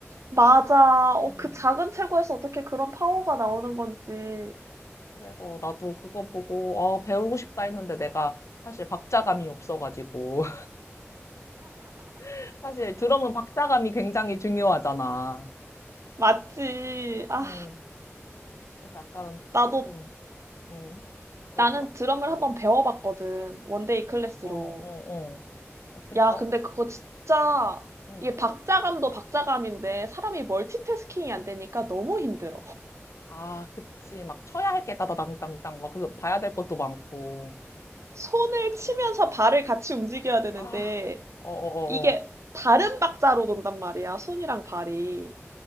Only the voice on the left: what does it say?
음,
그래서 나도 그거 보고 어, 배우고 싶다 했는데 내가 사실 박자감이 없어가지고 <laughs> 사실 드럼은 박자감이 굉장히 중요하잖아.
음, 그래서 약간
조금 음, 그렇더라고.
어, 어, 어. 어땠어?
음.
아, 그치. 막 쳐야 할 게 따다당당당 막 그래서 봐야 될 것도 많고.
아, 어어어어.